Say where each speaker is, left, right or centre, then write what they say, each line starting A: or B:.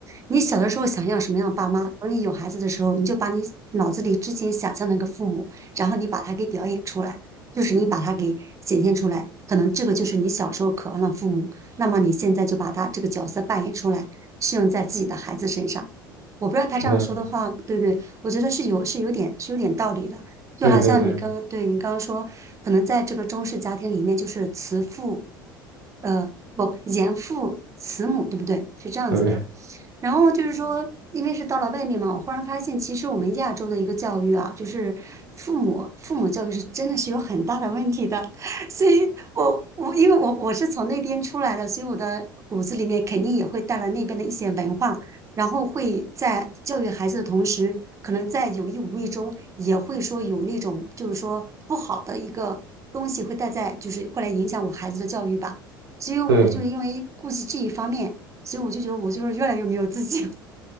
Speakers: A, on the right (about 25°); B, on the right (about 75°).
A: 你小的时候想要什么样的爸妈，等你有孩子的时候，你就把你脑子里之前想象的那个父母，然后你把它给表演出来，就是你把它给显现出来，可能这个就是你小时候渴望的父母，那么你现在就把他这个角色扮演出来。适用在自己的孩子身上。我不知道他这样说的话对不对，
B: 是的，
A: 我觉得是有是有点是有点道理的。就好像你刚刚对你刚刚说，
B: 对对对
A: 可能在这个中式家庭里面，就是慈父，呃，不严父慈母，对不对？是这样子的。
B: 对
A: 然后就是说，因为是到了外面嘛，我忽然发现，其实我们亚洲的一个教育啊，就是父母父母教育是真的是有很大的问题的。<laughs> 所以我我因为我我是从那边出来的，所以我的骨子里面肯定也会带来那边的一些文化，然后会在教育孩子的同时，可能在有意无意中也会说有那种就是说不好的一个东西会带在，就是会来影响我孩子的教育吧。所以我就因为顾及这一方面。
B: 对，
A: 所以我就觉得我就是越来越没有自信。<laughs>